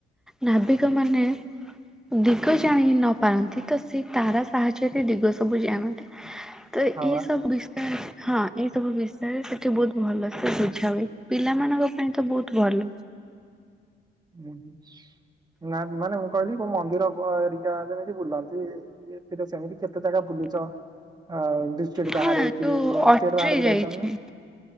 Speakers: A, in the centre; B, on the right.
A: ନାବିକ ମାନେ ଦିଗ ଜାଣି ନପାରନ୍ତି ତ ସେଇ ତାରା ସାହାଯ୍ୟରେ ଦିଗ ସବୁ ଜାଣନ୍ତି ତ
B: ହଁ
A: ଏ
B: ବା
A: ସବ ହଁ ଏଇ ସବୁ ବିଷୟରେ ସେଠି ବହୁତ ଭଲସେ ବୁଝା ହଏ ପିଲାମାନାନଙ୍କ ପାଇଁ ତ ବହୁତ ଭଲ
B: ହୁଁ ହୁ ନା ମାନେ ମୁଁ କହିଲି କୋଉ ମନ୍ଦିର ଏରିକା ଯେମିତି ବୁଲନ୍ତି ଏଥିରେ ସେମିତି କେତେ ଜାଗା ବୁଲିଛ ଅ ଦୁଷ୍ଟେଟ
A: ହଁ
B: ବାହହାରଇ
A: ଯୋଉ ଅଟ୍ରି
B: ସ୍ଟ ବାହାର ବି
A: ଯାଇଛି।
B: ଯାଇଛ ନା